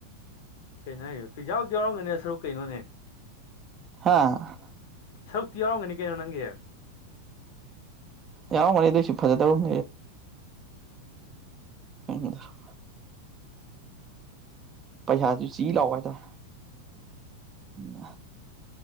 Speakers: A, on the left; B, on the right.
A: ꯀꯩꯅꯣ ꯍꯥꯏ ꯌꯥꯎ ꯌꯥꯎꯔꯝꯒꯅꯦ ꯁꯔꯨꯛ ꯀꯩꯅꯣꯅꯦ
B: ꯍꯥꯥ
A: ꯁꯔꯨꯛꯇꯤ ꯌꯥꯎꯔꯝꯒꯅꯤ ꯀꯩꯅꯣ ꯅꯪꯒꯤ
B: ꯌꯥꯎ ꯃꯒꯅꯤ ꯑꯗꯣꯏꯁꯨ ꯐꯖꯗꯕ ꯑꯝ <unintelligible> ꯄꯩꯁꯥ ꯆꯤ ꯂꯥꯎꯕ ꯍꯥꯏꯇꯥꯔꯦ ꯀꯩꯝ